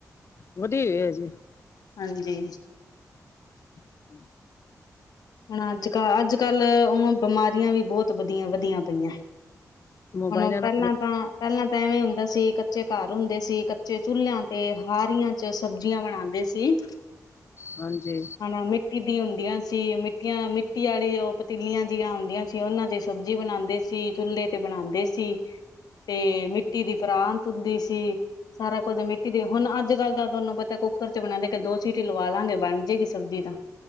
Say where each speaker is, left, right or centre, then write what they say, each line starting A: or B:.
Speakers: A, on the left; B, on the left.
A: ਵਧੀ ਹੋਇਆ ਜੀ
B: ਹਾਂਜੀ।
A: ਹੂ
B: ਹੁਣ ਅੱਜ-ਕੱਲ, ਅੱਜ ਕੱਲ ਓਂ ਬਿਮਾਰੀਆਂ ਵੀ ਬੋਹਤ ਵਧੀਆ, ਵਧੀਆਂ ਪਈਆਂ।
A: ਮੋਬਾਇਲਾਂ
B: ਹੁਣ, ਪਹਿਲਾਂ
A: ਨਾਲ
B: ਤਾਂ ਪਹਿਲਾਂ ਐਵੇਂ ਹੁੰਦਾ ਸੀ ਕੱਚੇ ਘਰ ਹੁੰਦੇ ਸੀ, ਕੱਚੇ ਚੁਲਿਆਂ ਤੇ ਹਾਰੀਆਂ'ਚ ਸਬਜ਼ੀਆਂ ਬਣਾਂਦੇ ਸੀ।
A: ਹਾਂਜੀ
B: ਹਨਾ ਮਿੱਟੀ ਦੀ ਹੁੰਦੀਆਂ ਸੀ, ਮਿੱ ਮਿੱਟੀਆ, ਮਿੱਟੀ ਵਾਲੀ ਉਹ ਪਤੀਲੀਆਂ ਜੀਆਂ ਹੁੰਦੀਆਂ ਸੀ, ਉਹਨਾਂ ਤੇ ਸਬਜ਼ੀ ਬਣਾਂਦੇ ਸੀ, ਚੁੱਲੇ ਤੇ ਬਣਾਂਦੇ ਸੀ, ਤੇ ਮਿੱਟੀ ਦੀ ਪਰਾਂਤ ਹੁੰਦੀ ਸੀ। ਸਾਰਾ ਕੁੱਝ ਮਿੱਟੀ ਦੇ ਹੁਣ ਅੱਜ-ਕੱਲ ਤਾਂ ਤੁਹਾਨੂੰ ਪਤਾ ਕੁੱਕਰ'ਚ ਬਣਾਂਦੇ, ਕੇ ਦੋ ਸੀਟੀ ਲਵਾ ਲਾਂਗੇ ਬਣਜੇਗੀ ਸਬਜ਼ੀ ਤਾਂ।